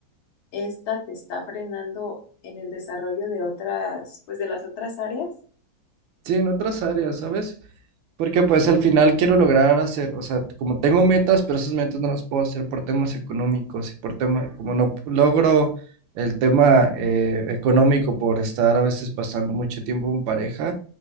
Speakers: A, on the left; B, on the right.
A: esta te está frenando en el desarrollo de otras, pues de las otras áreas.
B: Sí, en otras áreas, ¿sabes? Porque pues al final quiero lograr hacer, o sea, como tengo metas, pero esas metas no las puedo hacer por temas económicos y por tema, como no logro el tema eh, económico por estar a veces pasando mucho tiempo en pareja,